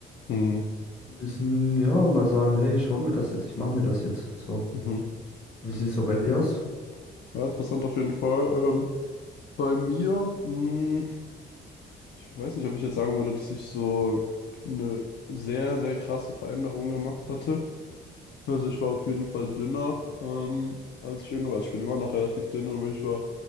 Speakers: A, on the left; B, on the left.
A: Mhm.
B: ein bisschen, ja, mal sagen, hey, ich hol mir das jetzt, ich mach mir das jetzt. So,
A: Mhm.
B: wie sieht's so bei dir
A: Ja.
B: aus?
A: Ja, interessant auf jeden Fall. Ähm, bei mir, mh, ich weiß nicht, ob ich jetzt sagen würde, dass ich so eine sehr, sehr krasse Veränderung gemacht hatte. Also ich war auf jeden Fall dünner, ähm, als ich jünger war. Also ich bin immer noch relativ dünn, aber ich war